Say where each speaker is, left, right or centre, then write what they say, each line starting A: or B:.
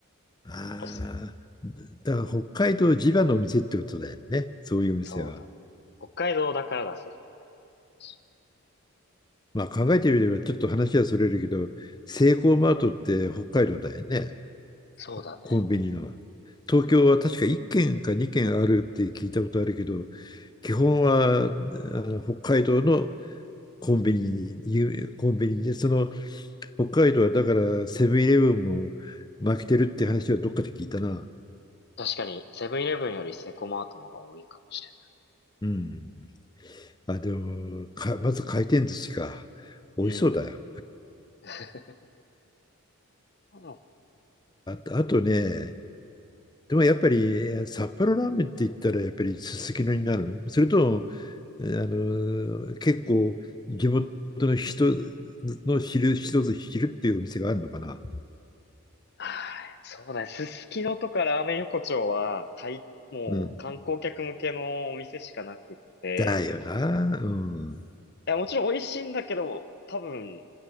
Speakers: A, on the left; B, on the left.
A: ああ、
B: おすすめ。
A: だから北海道地場のお店ってことだよね、そういうお店は。
B: そうだね。北海道だから出せるみたいな話。
A: まあ考えてみればちょっと話はそれるけど、セイコーマートって北海道だよね、
B: そうだね。
A: コンビニの。東京は確か1軒か2軒あるって聞いたことあるけど、
B: うん
A: 基本はあの北海道のコンビニに、コンビニで、その北海道はだからセブンイレブンも負けてるって話をどっかで聞いたな。
B: 確かに、セブンイレブンよりセコマートの方が多いかもしれ
A: うん。あ、でも、か、まず回転寿司か。美味しそうだよ。
B: ない。うん。<laughs> うん
A: あ、あとね、でもやっぱり札幌ラーメンって言ったらやっぱりすすきのになるのそれとも、あの、結構地元の人の昼、一つ昼っていうお店があるのかな。
B: はい、そうだね。すすきのとかラーメン横丁は、かい、もう観光客向けのお店しかなくって、
A: うん。だよな。うん。
B: いや、もちろん美味しいんだけど、多分、